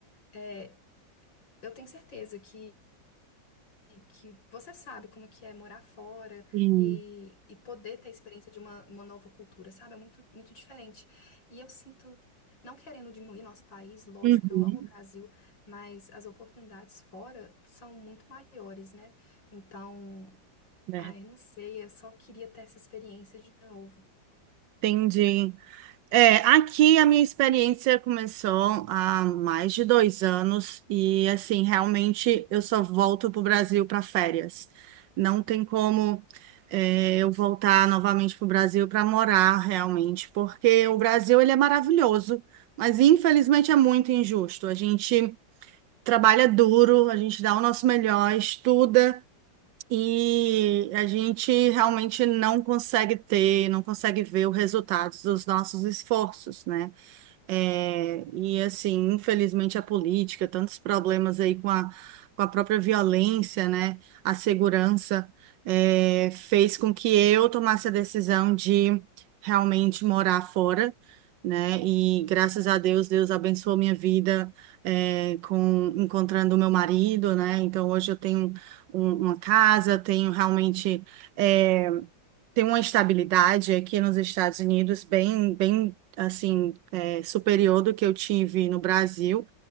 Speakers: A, on the left; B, on the right.
A: é, eu tenho certeza que e que você sabe como é que é morar fora
B: sim.
A: e, e poder ter a experiência de uma, uma nova cultura, sabe? É muito, muito diferente. E eu sinto, não querendo diminuir nosso país, lógico,
B: Uhum.
A: eu amo o Brasil, mas as oportunidades fora são muito maiores, né? Então,
B: Verdade.
A: ai, não sei, eu só queria ter essa experiência de novo.
B: Entendi. É, aqui a minha experiência começou há mais de dois anos e, assim, realmente eu só volto para o Brasil para férias. Não tem como, é, eu voltar novamente para o Brasil para morar realmente, porque o Brasil ele é maravilhoso, mas infelizmente é muito injusto. A gente trabalha duro, a gente dá o nosso melhor, estuda. E a gente realmente não consegue ter, não consegue ver os resultados dos nossos esforços, né? É, e assim, infelizmente a política, tantos problemas aí com a, com a própria violência, né, a segurança, é, fez com que eu tomasse a decisão de realmente morar fora, né, e graças a Deus, Deus abençoou minha vida, é, com encontrando o meu marido, né, então hoje eu tenho um- uma casa, tenho realmente, é, tem uma estabilidade aqui nos Estados Unidos bem, bem assim, é, superior do que eu tive no Brasil.